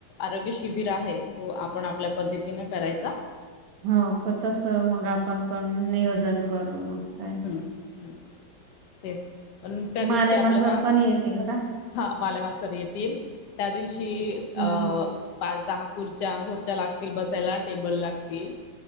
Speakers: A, on the left; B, on the right.
A: आरोग्य शिबिर आहे तो आपण आपल्या पद्धतीनं करायचा
B: हो तस मग आपण पण नियोजन करू मग काय.
A: हमं हमं. तेच पण त्या
B: मालेमा
A: दिवशी आपल्याना
B: सर पण येतील का?
A: हां बालेमास्तर येतील त्या दिवशी अं
B: हा
A: पाच दहा खुर्च्या खुर्च्या लागतील बसायला टेबल लागतील